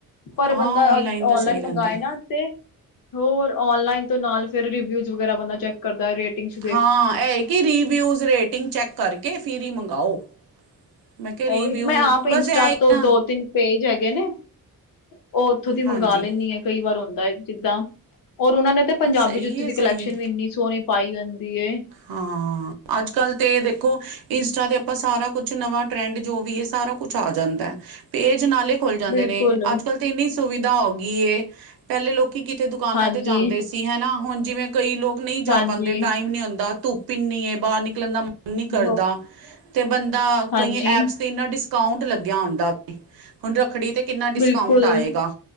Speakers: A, on the left; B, on the right.
A: ਪਰ
B: ਹਾਂ
A: ਬੰਦਾ
B: ਦਾ
A: ਔਨਲਾਈਨ
B: ਸਹੀ ਰਹਿੰਦਾ
A: ਮੰਗਵਾਏ
B: ਹੈ।
A: ਨਾ। ਤੇ ਹੋਰ ਓਨ ਲਈਨ ਤੋਂ ਨਾਲ ਫਿਰ ਰਿਵਿਊਜ ਵਗਰਾ ਬੰਦਾ ਚੈੱਕ ਕਰਦਾ ਰੇਟਿੰਗ ਚ
B: ਹਾਂ, ਇਹ ਏ ਕਿ ਰੀਵਿਊਜ਼ ਰੇਟਿੰਗ ਚੈਕ ਕਰਕੇ ਫਿਰ ਹੀ ਮੰਗਾਓ। ਮੈਂ ਕਿਹਾ ਰਿਵਿਊ
A: ਉਹੀ ਮੈਂ ਆਪ ਇੰਸਟਾ
B: ਬਸ ਇਹ ਹੀ
A: ਤੋਂ
B: ਨਾ
A: ਦੋ ਤਿੰਨ ਪੇਜ ਹੈਗੇ ਨੇ ਉਹ ਉੱਥੋਂ ਦੀ
B: ਹਾਂਜੀ
A: ਮੰਗਾ ਲੈਂਣੀ ਆ। ਕਈ ਵਾਰ ਹੁੰਦਾ ਐ ਜਿੱਦਾਂ ਔਰ ਉਹਨਾਂ ਨੇ ਤੇ ਪੰਜਾਬੀ
B: ਸਹੀ
A: ਜੁੱਤੀ
B: ਹੈ
A: ਦੀ ਕਲੈਕਸ਼ਨ
B: ਸਹੀ ਹੈ
A: ਵੀ ਇੰਨੀ ਸੋਨੀ ਪਾਈ ਹੁੰਦੀ ਏ।
B: ਹਾਂ। ਅੱਜ-ਕੱਲ ਤੇ ਦੇਖੋ ਇੰਸਟਾ ਤੇ ਆਪਾਂ ਸਾਰਾ ਕੁਛ ਨਵਾਂ ਟਰੈਂਡ ਜੋ ਵੀ ਐ, ਸਾਰਾ ਕੁਛ ਆ ਜਾਂਦਾ। ਪੇਜ ਨਾਲੇ ਖੁਲੱ ਜਾਂਦੇ
A: ਬਿਲਕੁਲ
B: ਨੇ, ਅੱਜ-ਕੱਲ ਤੇ ਇੰਨੀ ਸੁਵਿਧਾ ਹੋ ਗਈ ਏ। ਪਹਿਲੇ ਲੋਕੀ ਕਿਥੇ ਦੁਕਾਨਾਂ
A: ਹਾਂਜੀ,
B: ਤੇ ਜਾਂਦੇ ਸੀ ਹੈਨਾ, ਹੁਣ ਜਿਵੇਂ ਕਈ ਲੋਕ ਨਹੀਂ ਜਾ
A: ਹਾਂਜੀ।
B: ਪਾਂਦੇ ਟਾਈਮ ਨੀ ਹੁੰਦਾ। ਧੁੱਪ ਏਨੀ ਏ, ਬਾਹਰ ਨਿਕਲਣ ਦਾ ਮਨ ਨੀ ਕਰਦਾ
A: ਹੋਰ
B: ਤੇ ਬੰਦਾ
A: ਹਾਂਜੀ
B: ਕਈ ਐਪਸ ਤੇ ਇੰਨਾ ਡਿਸਕਾਊਂਟ ਲੱਗਿਆ ਹੁੰਦਾ ਵੇ, ਹੁਣ ਰੱਖੜੀ ਤੇ ਕਿੰਨਾ ਡਿਸਕਾਊਂਟ
A: ਬਿਲਕੁਲ
B: ਆਏਗਾ।